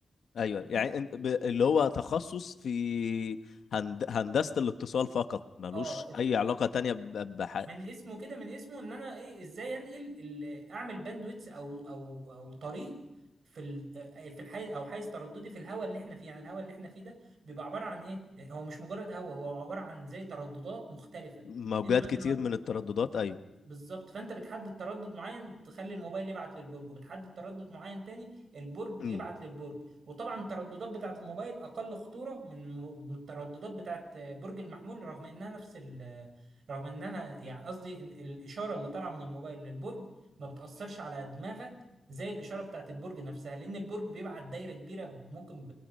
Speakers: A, on the left (about 70°); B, on the right (about 65°).
A: ايوه
B: فاهمني؟
A: يعني انت ب... اللي هو تخصص في هند... هندسه الاتصال فقط ملوش
B: اه
A: اي علاقه تانية ب... بح...
B: من اسمه كده من اسمه ان انا ايه ازاي انقل ال- اعمل باندويتس او او او طريق في ال- آه، في الحيز او حيز ترددي في الهواء اللي احنا فيه يعني الهواء اللي احنا فيه ده بيبقى عباره عن ايه هو مش مجرد هواء هو عباره عن زي ترددات مختلفه
A: موجات
B: انت مثلا
A: كتير
B: لما
A: من الترددات ايوه
B: بالظبط فانت بتحدد تردد معين تخلي الموبايل يبعت للبرج وبتحدد تردد معين تاني البرج
A: امم
B: يبعت للبرج وطبعا الترددات بتاعت الموبايل اقل خطورة من من الترددات بتاعت برج المحمول رغم انها نفس ال رغم انها يعني قصدي إن الاشارة اللي طالعة من الموبايل للبرج ما بتأثرش على دماغك زي الإشارة بتاعت البرج نفسها لأن البرج بيبعت دايرة كبيرة ممكن